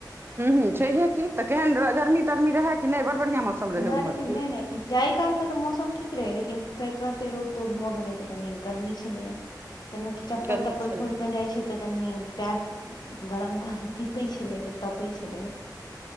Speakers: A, on the right (about 30°); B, on the left (about 65°).
A: हूँ ह छैहे तऽ केन गमी तरमी रहे कि नहि बड़ बढ़िया मौसम रहै
B: गर्मी
A: उम्हर की
B: नय नय जाहि कालमे तऽ मौसम ठीक रहै लेकिन फेर तुरन्ते रोद तोद भऽ गेलै तऽ कनि गर्मी छलैए। तमे की चप्पल
A: गर्मी
B: तप्पल
A: छलै
B: खोलकेऽ जाइ छै। तऽ कनी पैर गरम धीपैत छलैया तपैत छलैया।